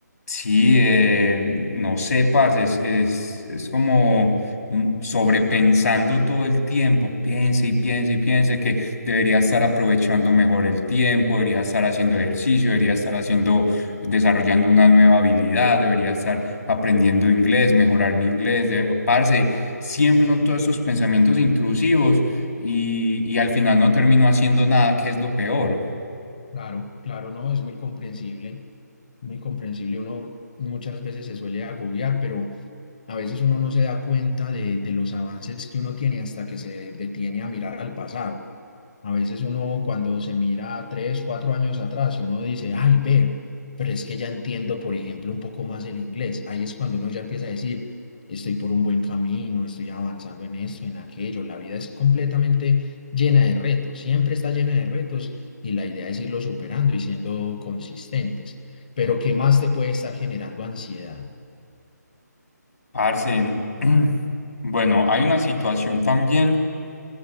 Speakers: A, on the left; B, on the left.
A: Sí, eh, no sé, parce, es, es, es como un- sobrepensando todo el tiempo, piense y piense y piense que debería estar aprovechando mejor el tiempo, debería estar haciendo ejercicio, debería estar haciendo, desarrollando una nueva habilidad, debería estar aprendiendo inglés, mejorar mi inglés, de, parce, siempre son todos esos pensamientos intrusivos y, y al final no termino haciendo nada, que es lo peor.
B: Claro, claro, no, es muy comprensible, muy comprensible. Uno muchas veces se suele agobiar, pero... A veces uno no se da cuenta de, de los avances que uno tiene hasta que se detiene a mirar al pasado. A veces uno cuando se mira tres, cuatro años atrás y uno dice, ay, ve, pero es que ya entiendo, por ejemplo, un poco más el inglés. Ahí es cuando uno ya empieza a decir, estoy por un buen camino, estoy avanzando en esto, en aquello. La vida es completamente llena de retos, siempre está llena de retos y la idea es irlo superando y siendo consistentes. Pero ¿qué más te puede estar generando ansiedad?
A: Parce, <clears throat> bueno, hay una situación también.